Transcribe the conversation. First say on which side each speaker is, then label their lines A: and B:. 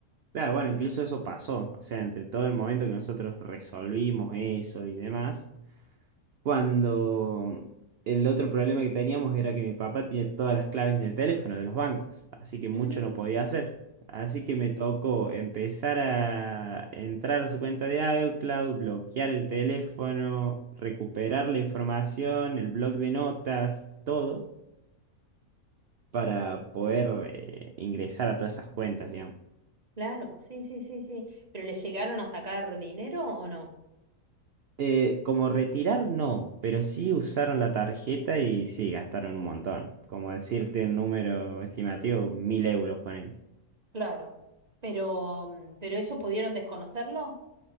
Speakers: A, on the right; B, on the right.
A: Claro, bueno, incluso eso pasó. O sea, entre todo el momento que nosotros resolvimos eso y demás. Cuando el otro problema que teníamos era que mi papá tiene todas las claves en el teléfono de los bancos, así que mucho
B: Mm,
A: no podía hacer. Así que me tocó empezar a entrar a su cuenta de iCloud, bloquear el teléfono, recuperar la información, el blog de notas, todo, para poder eh, ingresar a todas esas cuentas,
B: claro, sí, sí, sí, sí. ¿Pero le llegaron a sacar dinero o no?
A: Eh, como retirar, no, pero sí usaron la tarjeta y sí, gastaron un montón. Como decirte un número estimativo, mil euros con él.
B: Claro. Pero, mm, ¿pero eso pudieron desconocerlo?